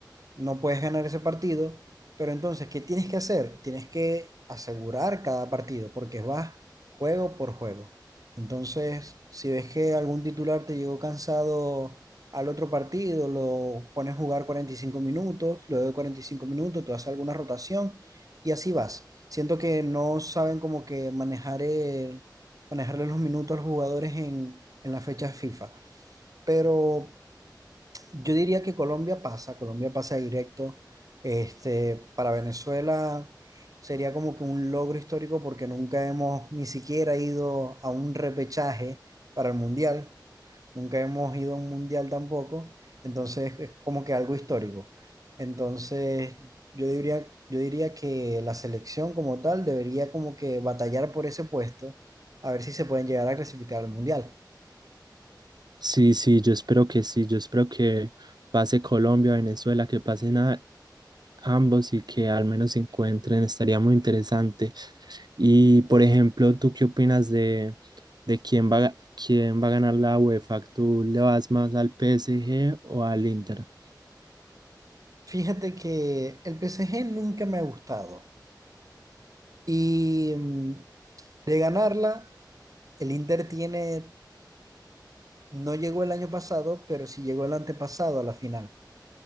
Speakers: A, on the right; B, on the right.
A: no puedes ganar ese partido, pero entonces, ¿qué tienes que hacer? Tienes que asegurar cada partido, porque vas juego por juego. Entonces, si ves que algún titular te llegó cansado al otro partido, lo pones a jugar 45 minutos, luego de 45 minutos, tú haces alguna rotación y así vas. Siento que no saben como que manejar el, manejarle los minutos a los jugadores en, en las fechas FIFA. Pero yo diría que Colombia pasa, Colombia pasa directo. Este, para Venezuela sería como que un logro histórico porque nunca hemos ni siquiera ido a un repechaje para el mundial, nunca hemos ido a un mundial tampoco, entonces es como que algo histórico. Entonces yo diría, yo diría que la selección como tal debería como que batallar por ese puesto a ver si se pueden llegar a clasificar al mundial.
B: Sí, sí, yo espero que sí, yo espero que pase Colombia, Venezuela, que pasen a ambos y que al menos se encuentren, estaría muy interesante. Y por ejemplo, ¿tú qué opinas de, de quién va, a ga- quién va a ganar la UEFA? ¿Tú le vas más al PSG o al Inter?
A: Fíjate que el PSG nunca me ha gustado. Y mm, de ganarla, el Inter tiene, no llegó el año pasado, pero sí llegó el antepasado a la final,